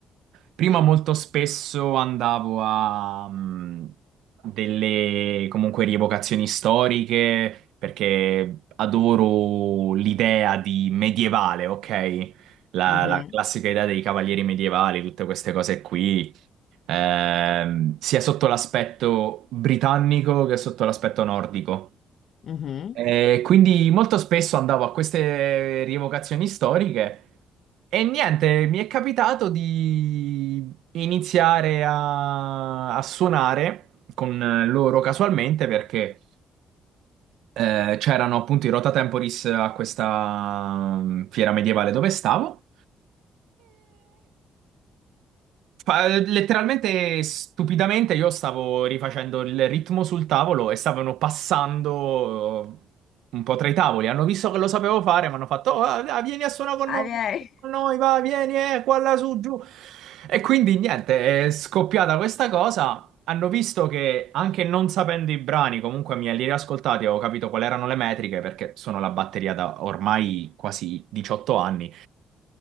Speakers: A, on the right; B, on the left.
A: prima molto spesso andavo a mm, delle comunque rievocazioni storiche perché adoro l'idea di medievale, ok? La,
B: Mhm,
A: la classica idea dei cavalieri medievali, tutte queste cose qui, ehm, sia sotto l'aspetto britannico che sotto l'aspetto nordico.
B: mhm.
A: E quindi molto spesso andavo a queste rievocazioni storiche e niente, mi è capitato di iniziare a, a suonare con loro casualmente perché eh, c'erano appunto i Rota Temporis a questa mm, fiera medievale dove stavo Fa- letteralmente, stupidamente, io stavo rifacendo il ritmo sul tavolo e stavano passando eh, un po' tra i tavoli. Hanno visto che lo sapevo fare, mi hanno fatto: "Oh, ah, ah, vieni a suonare con
B: Ah,
A: noi,
B: beh.
A: vieni a suonare con noi, va, vieni, eh, qua, là, su, giù. E quindi niente, è scoppiata questa cosa. Hanno visto che anche non sapendo i brani, comunque mi li riascoltati, avevo capito quali erano le metriche, perché sono la batteria da ormai quasi 18 anni